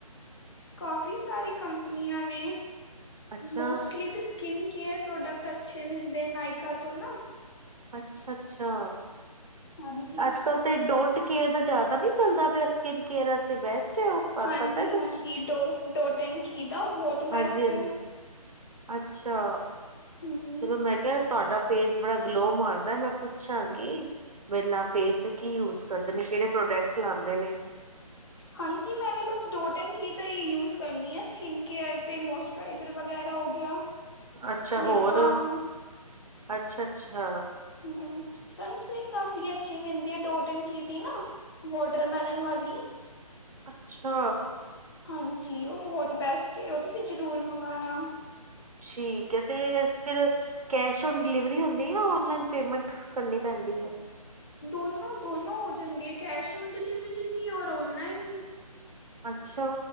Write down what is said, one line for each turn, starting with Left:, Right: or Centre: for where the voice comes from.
Left: ਕਾਫੀ ਸਾਰੇ ਕੰਪਨੀਆਂ ਨੇ
Right: ਅੱਛਾ।
Left: ਮੋਸਟਲੀ ਤੇ। ਸਕਿਨ ਕੇਅਰ ਪ੍ਰੋਡਕਟ ਅੱਛੇ, ਮਿਲਦੇ ਨਾਇਕਾ ਤੋਂ ਨਾ।
Right: ਅੱਛਾ-ਅੱਛਾ
Left: ਹਾਂਜੀ
Right: ਅੱਜ-ਕੱਲ ਤੇ, ਡੋਂਟ ਕੇਅਰ ਦਾ ਜ਼ਿਆਦਾ ਨਹੀਂ ਚੱਲਦਾ ਪਿਆ। ਕਿ ਕਿਸ ਬੈਸਟ ਹੈ, ਉਹ ਤੁਹਾਨੂੰ
Left: ਹਾਂਜੀ
Right: ਪਤਾ ਕੁਛ
Left: ਹਾਂਜੀ ਡੋ ਡੋਟਨ ਕੀ ਦਾ ਉਹ ਬਹੁਤ
Right: ਹਾਂਜੀ-ਹਾਂਜੀ।
Left: ਬੈਸਟ ਹੈ
Right: ਅੱਛਾ
Left: ਹਮ
Right: ਚਲੋ ਮੈਂ ਕਿਹਾ। ਤੁਹਾਡਾ ਫੇਸ ਬੜਾ ਗਲੋ ਮਾਰਦਾ, ਮੈਂ ਪੁੱਛਾਂਗੀ। ਮਤਲਬ ਫੇਸ ਕੀ ਯੂਜ ਕਰਦੇ ਨੇ, ਕਿਹੜੇ ਪ੍ਰੋਡਕਟ ਲਾਦੇ ਨੇ।
Left: ਹਾਂਜੀ, ਮੈਂ ਵੀ ਬਸ ਡੋਟਨ ਘੀ ਦਾ ਹੀ ਯੂਜ ਕਰਨੀ ਆ ਸਕਿਨ ਕੇਅਰ ਤੇ ਮੋਸਟ। ਟ੍ਰਜ਼ਰ ਵਗੈਰਾ ਹੋ ਗਿਆ।
Right: ਅੱਛਾ,
Left: ਲਿਪ
Right: ਹੋਰ
Left: ਬਾਮ
Right: ਅੱਛਾ-ਅੱਛਾ।
Left: ਹੂ, ਸਨਸਕ੍ਰਰੀਨ ਕਾਫ਼ੀ ਅੱਛੀ ਮਿਲਦੀ ਹੈ, ਡੋਟਨ ਕੀ ਤੀ ਨਾ। ਵਾਟਰਮੈਲਨ ਵਾਲੀ।
Right: ਅੱਛਾ।
Left: ਹਾਂਜੀ ਉਹ ਬਹੁਤ ਬੈਸਟ, ਉਹ ਤੁਸੀਂ ਜ਼ਰੂਰ ਮੰਗਵਾਉਣਾ।
Right: ਠੀਕ ਹੈ ਤੇ ਫਿਰ। ਕੈਸ਼ ਔਨ ਡਿਲੀਵਰੀ ਹੁੰਦੀ ਆ, ਔਨਲਾਈਨ ਪੇਮੈਂਟ ਕਰਨੀ ਪੈਂਦੀ ਹੈ।
Left: ਦੋਨੋਂ, ਦੋਨੋਂ ਹੋ ਜਾਂਦੀ ਹੈ, ਕੈਸ਼ ਔਨ ਡਿਲੀਵਰੀ ਵੀ ਔਰ ਔਨਲਾਈਨ ਵੀ।
Right: ਅੱਛਾ,